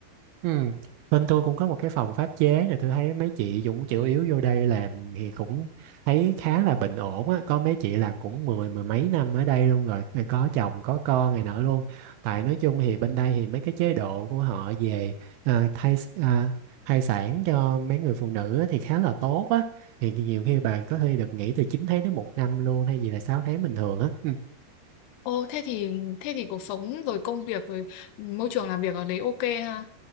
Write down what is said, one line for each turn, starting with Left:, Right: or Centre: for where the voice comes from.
Right: Ừ. Bên tôi cũng có một cái phòng pháp chế nè tôi thấy mấy chị cũng chủ yếu vô đây làm thì cũng thấy khá là bình ổn á có mấy chị làm cũng mười mười mấy năm ở đây luôn rồi rồi có chồng có con này nọ luôn tại nói chung thì bên đây thì mấy cái chế độ của họ về à, thai à, thai sản cho mấy người phụ nữ á thì khá là tốt á thì nhiều khi bà có thể được nghỉ từ 9 tháng đến một năm luôn hay gì là 6 tháng bình thường á Ừ.
Left: Ồ, thế thì thế thì cuộc sống rồi công việc rồi môi trường làm việc ở đấy ok ha.